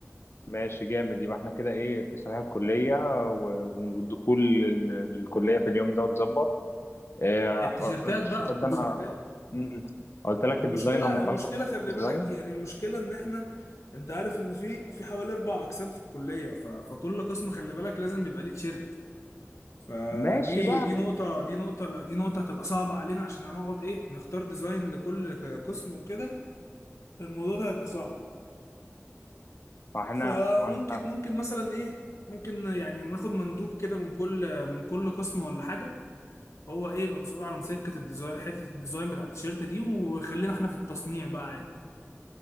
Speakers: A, on the left; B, on the left.
A: ماشي جامد يبقى احنا كده ايه تصريح الكليه و- والدخول لل- للكليه في اليوم ده واتظبط اه،
B: التيشيرتات
A: حوار التيشيرتات
B: بقى
A: ده
B: التيشيرتات
A: انا <laughs> مم. قلت لك
B: المشكلة
A: الديزاين هم خلاص
B: المشكلة خلي
A: الديزاين
B: بالك يعني المشكلة ان احنا انت عارف ان في في حوالي اربع اقسام في الكلية ف... فكل قسم خلي بالك لازم بيبقى ليه تيشيرت فدي
A: ماشي بقى
B: دي نقطة دي نقطة لا، دي نقطة هتبقى صعبة علينا عشان هنقعد ايه نختار ديزاين لكل ك- قسم وكده الموضوع ده هيبقى صعب
A: ما احنا
B: فممكن
A: ما انا
B: ممكن مثلا ايه ممكن يعني ناخد مندوب كده من كل من كل قسم ولا حاجة هو ايه يبقى مسؤول على مسكة الديزاين حتة الديزاين بتاع التيشيرت دي وخلينا احنا في التصنيع بقى عادي